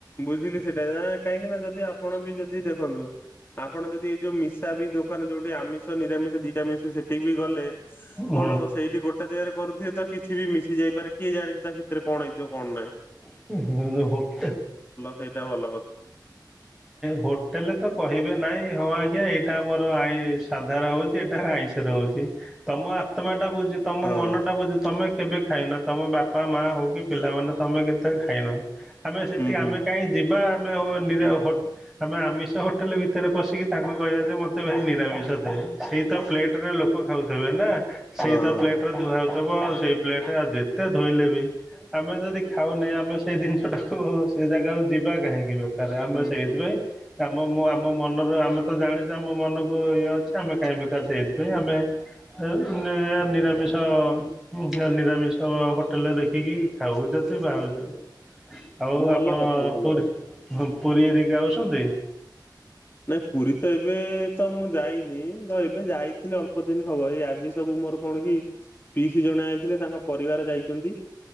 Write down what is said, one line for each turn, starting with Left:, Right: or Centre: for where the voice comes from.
Left: ବୁଝିଲି ସେଇଟା ନା କାହିଁକିନା ଯଦି ଆପଣ ବି ଯଦି ଦେଖନ୍ତୁ। ଆପଣ ଯଦି ଏଇ ଯୋଉ ମିଶା ବି ଦୋକାନ ଯୋଉଠି ଆମିଷ ନିରାମିଷ ଦିଟା ମିଶ ସେଠି ବି ଗଲେ
Centre: ହୁଁ
Left: କଣ ହବ ସେଇଠି ଗୋଟେ ଜାଗାରେ କରୁଥିବେ ତ କିଛି ବି ମିଶି ଯାଇପାରେ। କିଏ ଜାଣିଛି ତା ଭିତରେ କଣ ହେଇଥିବ କଣ ନାଇଁ।
Centre: <unintelligible> ହୁଁ।
Left: ସେଇଟା ଭଲ କଥା
Centre: ହୋଟେଲରେ ତ କହିବେ ନାଇଁ ହଁ ଆଜ୍ଞା ଏଇଟା ଆମର ଆଇ ସାଧାର ହଉଛି ଏଇଟା ଆଇଁଷ ରହୁଛି ତମ ଆତ୍ମାଟା ବୁଝି ତମ
Left: ହଁ।
Centre: ମନ ଟା ବୁଝି ତମେ କେବେ ଖାଇନ। ତମ ବାପା ମା ହଉ କି ପିଲାମାନେ ତମେ କେତେ ଖାଇନ ଆମେ ସେଠି
Left: ହୁଁ ହୁଁ।
Centre: ଆମେ କାହିଁ ଯିବ ବା ଆମେ ନିରା ଓ ଆମେ ଆମିଷ ହୋଟେଲ ଭିତରେ ପଶିକି ତାଙ୍କୁ କହିବା ଯେ ମତେ ଭାଇ ନିରାମିଷ ଦେ ସେଇ ତ ଫ୍ଲେଟରେ ଲୋକ ଖାଉଥିବେ ନା ସେଇ
Left: ହଁ।
Centre: ତ ପ୍ଲେଟରେ ଧୁଆଉଥିବ ସେଇ ପ୍ଲେଟରେ ଆଉ ଯେତେ ଧୋଇଲେ ବି ଆମେ ଯଦି ଖାଉନେ ଆମେ ସେଇ ଜିନିଷଟାକୁ ସେ ଜାଗାକୁ ଯିବା କାହିଁକି? ଆରେ ଆମେ
Left: ହୁଁ
Centre: ସେଇଥିପାଇଁ
Left: ହୁଁ।
Centre: ଆମ ଆମ ମନରୁ ଆମେ ତ ଜାଣିଛେ ଆମ ମନକୁ ଇଏ ଅଛି ଆମେ କାହିଁ ବେକାର ସେଇଥିପାଇଁ ଆମେ ଏହାର ନିରାମିଷହାର ନିରାମିଷ। ତ ହୋଟେଲ ରେ ଦେଖିକି ଖାଉ ଯଦି ବାହାରୁଚି ଆଉ
Left: ଭଲ
Centre: ଆପଣ
Left: କଥା ଭଲ
Centre: ପୁର
Left: କଥା।
Centre: -ପୁରୀ ଏରିକି ଆାଉଛନ୍ତି?
Left: ନାଇଁ ପୁରୀ ତ ଏବେ ତ ମୁଁ ଯାଇନି ତ ଏବେ ଯାଇଥିଲି ଅଳ୍ପ ଅଳ୍ପଦିନ ହବ ଏଇ ଆଜି ସବୁ ମୋର କଣ କି ଫିଇସି ଜଣେ ଆଇଥିଲେ ତାଙ୍କ ପରିବାର ଯାଇଛନ୍ତି।